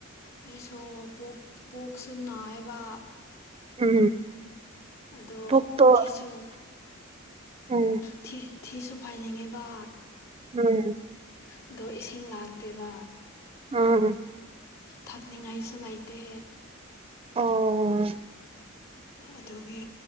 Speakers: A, on the left (about 70°); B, on the right (about 25°).
A: ꯑꯩꯁꯨ ꯄꯣꯛꯁꯨ ꯅꯥꯏꯕ
B: ꯎꯝꯝ
A: ꯑꯗꯣ
B: ꯄꯨꯛꯇꯣ
A: ꯊꯤꯁꯨ
B: ꯎꯝ
A: ꯊꯤ ꯊꯤꯁꯨ ꯐꯥꯏꯅꯤꯡꯉꯦꯕ
B: ꯎꯝ
A: ꯑꯗꯣ ꯏꯁꯤꯡ ꯂꯥꯛꯇꯦꯕ
B: ꯎꯝ
A: ꯊꯛꯅꯤꯡꯉꯥꯏꯁꯨ ꯂꯩꯇꯦ
B: ꯑꯣ
A: ꯑꯗꯨꯒꯤ